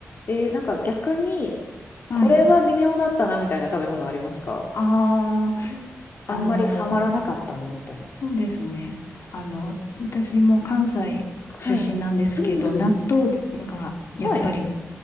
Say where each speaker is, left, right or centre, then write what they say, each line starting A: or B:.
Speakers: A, on the left (about 50°); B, on the left (about 65°).
A: えーなんか逆に、
B: はい。
A: これは微妙だったなみたいな食べ物ありますか
B: ああ、あのー
A: あんまりハマらなかったなみたいな。
B: そうですね。あの、私も関西出身なんですけど、
A: はい。うんうん。
B: 納豆がやっぱり、
A: はい。